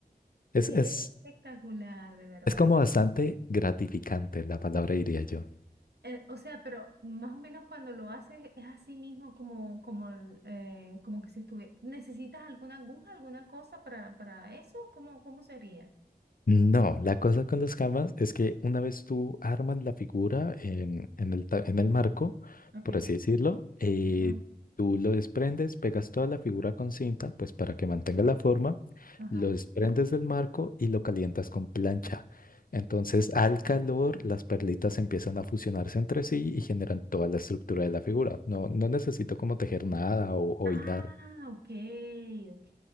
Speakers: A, on the left; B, on the right.
A: Es,
B: Qué
A: es,
B: espectacular, de verdad.
A: es como bastante gratificante la palabra, diría yo.
B: Eh, o sea, pero más o menos cuando lo haces es así mismo como, como, el, eh, como que si estuve. ¿Necesitas alguna aguja, alguna cosa para, para eso? ¿Cómo, cómo sería?
A: No, la cosa con las camas es que una vez tú armas la figura en, en el, ta- en el marco,
B: Ok.
A: por así decirlo, eh,
B: Ajá,
A: tú lo desprendes, pegas toda la figura con cinta, pues para que mantenga la forma,
B: ajá.
A: lo desprendes del marco y lo calientas con plancha. Entonces, al calor, las perlitas empiezan a fusionarse entre sí y generan toda la estructura de la figura. No, no necesito como tejer nada o o
B: Ah,
A: hilar.
B: ok, ok.